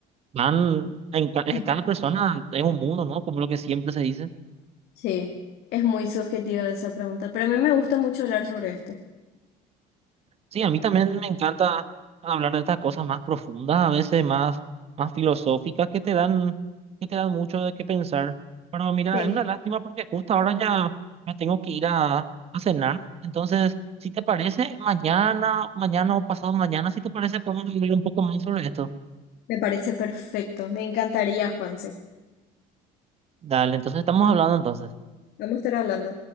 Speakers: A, on the right; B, on the left.
A: van, en, ca-
B: <laughs>
A: cada persona es un mundo, ¿no? Como lo que siempre se dice.
B: Sí, es muy subjetiva esa pregunta, pero a mí me gusta mucho hablar sobre esto.
A: Sí, a mí también me encanta hablar de estas cosas más profundas, a veces más, más filosóficas, que te dan, que te dan mucho de qué pensar. Pero mira,
B: Sí.
A: es una lástima porque justo ahora ya me tengo que ir a, a cenar. Entonces, si te parece, mañana, mañana o pasado mañana, si te parece, podemos hablar un poco más sobre esto.
B: Me parece perfecto. Me encantaría, Juanse.
A: Dale, entonces estamos hablando entonces.
B: Vamos a estar hablando.